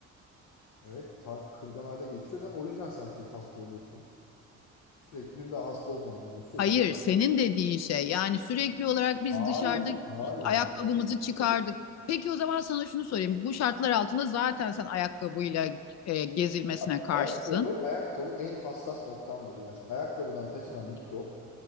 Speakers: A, on the left (about 80°); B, on the left (about 60°).
A: Evet, ta kırgan hale getiriyor. Zaten o yüzden sen sürekli hasta oluyorsun. Sürekli dün de hasta olacağım diyordun sürekli.
B: Hayır, senin dediğin şey yani sürekli olarak biz
A: Hayır.
B: dışarıda
A: Hayır.
B: işte ayakkabımızı
A: ha-
B: çıkardık. Peki o zaman sana şunu sorayım. Bu şartlar altında zaten sen ayakkabıyla e, gezilmesine
A: Bak,
B: karşısın.
A: ayakkabı, ayakkabı en hassas noktamdır. Yani şimdi ayakkabıdan taşınan mikrop